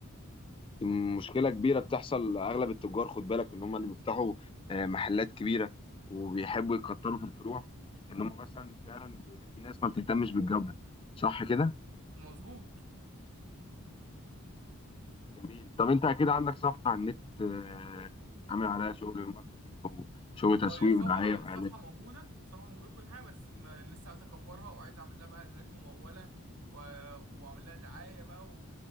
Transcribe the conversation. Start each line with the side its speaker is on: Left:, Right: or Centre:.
Left: دي مشكلة كبيرة بتحصل لأغلب التجار خد بالك إن هم اللي بيفتحوا آه، محلات كبيرة وبيحبوا يكتروا في الفروع إن هم مثلا فعلا في ناس ما بتهتمش بالجودة صح كده؟
Right: مظبوط
Left: جميل طب انت اكيد عندك صفحة على النت آه، عامل عليها شغل الماركتينج وشغل تسويق
Right: اه هي الصفحة
Left: ودعاية واعلان
Right: الصفحة موجودة الصفحة موجودة كل حاجة بس ما لسه عايز اكبرها وعايز اعمل لها بقى اعلانات ممولة و... واعمل لها دعاية بقى و...